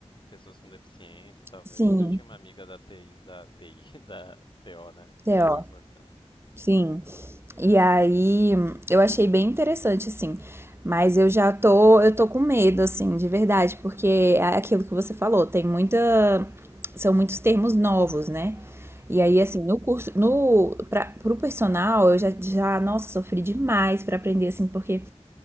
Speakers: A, on the left; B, on the right.
A: pessoas com deficiência, talvez.
B: Sim,
A: Eu tinha uma amiga da TI, da TI, <laughs> da TO, né?
B: Theo,
A: Terapia ocupacional.
B: sim. E aí eu achei bem interessante, assim. Mas eu já tô, eu tô com medo, assim, de verdade, porque é aquilo que você falou, tem muita, são muitos termos novos, né? E aí,
A: Uhum.
B: assim, no curso, no, pra, pro personal, eu já, já, nossa, sofri demais pra aprender, assim, porque